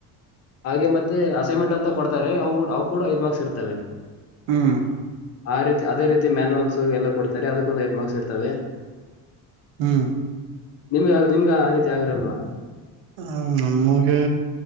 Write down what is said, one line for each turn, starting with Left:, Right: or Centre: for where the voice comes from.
Left: ಹಾಗೆ ಮತ್ತೆ ಅಸೈನ್ಮೆಂಟ್ ಅಂತ ಕೊಡ್ತಾರೆ ಅವು ಅವು ಕೂಡ ಐದು ಮಾರ್ಕ್ಸ್ ಇರ್ತವೆ.
Right: ಹ್ಮ್
Left: ಆ ರೀತಿ ಅದೇ ರೀತಿ ಮ್ಯಾನುವಲ್ಸು ಎಲ್ಲ ಕೊಡ್ತಾರೆ ಅದಕ್ಕೊಂದು ಐದು ಮಾರ್ಕ್ಸ್ ಇರ್ತವೆ.
Right: ಹ್ಮ್
Left: ನಿಮ್ಗ ನಿಮ್ಗೆ ಆ ರೀತಿ ಆಗಿರೋದು.
Right: ಹ್ಮ್ ನಮಗೆ.